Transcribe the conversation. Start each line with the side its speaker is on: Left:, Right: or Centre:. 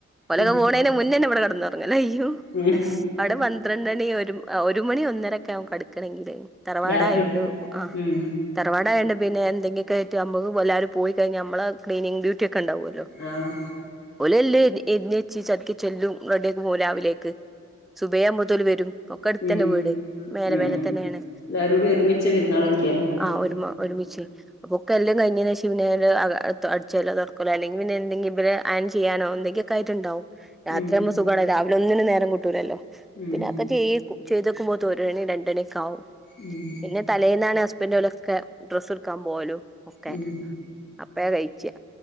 Centre: ഓലൊക്കെ
Left: ഉം
Centre: പോണേന് മുന്നന്നെ നമ്മള് കെടന്നൊറങ്ങലായിരിക്കും.
Left: ഉം
Centre: അവിടെ പന്ത്രണ്ടണി ഒരു ഒരു മണി ഒന്നരൊക്കെ ആവും കെടക്കണെങ്കില് തറവാടായോണ്ട്
Left: രാത്രി
Centre: ആഹ്
Left: ഉം
Centre: തറവാടയണ്ട് പിന്നെ എന്തെങ്കി ഒക്കെ ആയിറ്റ് നമ്മക്ക് എല്ലാരും പോയി കഴിഞ്ഞാ നമ്മള് ക്ലീനിംങ് ഡ്യൂട്ടി ഒക്കെണ്ടാവല്ലോ
Left: ആഹ്
Centre: ഒലെല്ല് എരിഞ്ഞ് വെച്ച് ചക്കി ചെല്ലും റെഡിയാക്കി പോവും രാവിലേക്ക് സുബൈ ആവുമ്പോത്തോല് ഓല് വെരും ഒക്കെ അടുത്ത്
Left: ഉം
Centre: തന്നെ വീട് മേലെ
Left: ഉം
Centre: മേലെ തന്നെയാണ്
Left: എല്ലാരൂടി ഒരുമിച്ച് പെരുന്നാള് കയിക്കാല്ലേ
Centre: ആഹ് ഒരുമ ഒരുമിച്ച് ഒക്കെ എല്ലാം കയിഞ്ഞേനേഷ് പിന്നെ അക തൊ അടിച്ചുവാരലോ തൊടക്കലോ അല്ലെങ്കി പിന്നെ എന്തെങ്കിലൊക്കെ ഇബലെ അയൺ ചെയ്യാനോ എന്തെങ്ങൊക്കെ ആയിട്ട്ണ്ടാവും രാത്രിയാവുമ്പം
Left: ഉം
Centre: സുഖാണ് രാവിലെ ഒന്നിനും നേരം കിട്ടൂലല്ലോ
Left: ഉം
Centre: പിന്നെ ആക്കെ ചെയ് ചെയ്തക്കുമ്പോത്തേക്ക് ഒരണി രണ്ടണി ഒക്കെ ആവും
Left: ഉം
Centre: പിന്നെ തലേന്നാണ് ഹസ്ബൻഡ് ഓലൊക്കെ ഡ്രസ്സ് എടുക്കാൻ പോവലും ഒക്കെ
Left: ഉം
Centre: അപ്പഴാ കഴിച്ചാ